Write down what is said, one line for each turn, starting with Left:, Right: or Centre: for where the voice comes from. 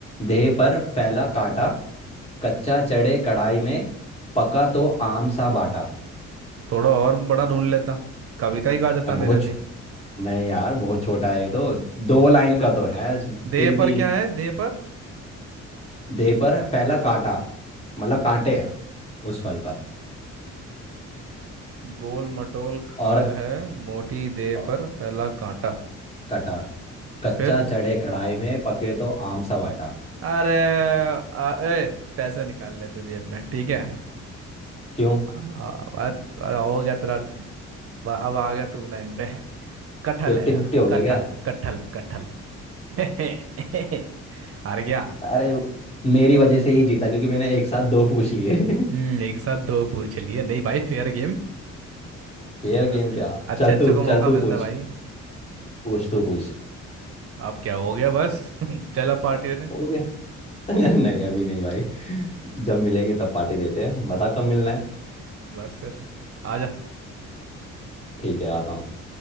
Left: देह पर फैला कांटा कच्चा चढ़े कढ़ाई में पका तो आम सा बाटा
Right: थोड़ा और बड़ा ढूंढ लेता कविता ही गा देता
Left: अब
Right: मेरे
Left: बहुत
Right: लिए
Left: छो- नहीं यार बहुत छोटा है ये तो दो लाइन का तो है
Right: देह
Left: फिर
Right: पर
Left: भी
Right: क्या है देह पर
Left: देह पर फैला कांटा मतलब कांटे हैं उस फल पर
Right: गोल मटोल खाल
Left: और
Right: है मोटी देह
Left: अ,
Right: पर फैला कांटा
Left: कटा कच्चा
Right: फिर
Left: चढ़े कढ़ाई में पके तो आम सा बाटा
Right: अरे आ, ए, पैसे निकाल ले तू जेब में ठीक है
Left: क्यों
Right: आ, आ, आ, हो गया तेरा ब- अब आ गया तू लाइन पे कटहल
Left: फिफ्टी
Right: है यार
Left: फिफ्टी हो गया
Right: कटहल
Left: क्या
Right: कटहल कटहल <laughs> हार गया
Left: अरे मेरी वजह से ही जीता क्योंकि मैंने एक साथ दो पूछ लिए <laughs>
Right: हम्म एक साथ दो पूछ लिए नहीं भाई फेयर गेम
Left: फेयर
Right: ये तो
Left: गेम क्या
Right: अच्छे
Left: चल
Right: अच्छे
Left: तू
Right: को मौका
Left: चल
Right: मिलता
Left: तू पूछ
Right: है भाई
Left: पूछ तू पूछ
Right: आप क्या हो गया बस <laughs> चला पार्टी ने
Left: हो गया <laughs> नहीं अभी नहीं भाई जब मिलेंगे तब पार्टी देते हैं बता कब मिलना है
Right: बस फिर आजा
Left: ठीक है आता हूँ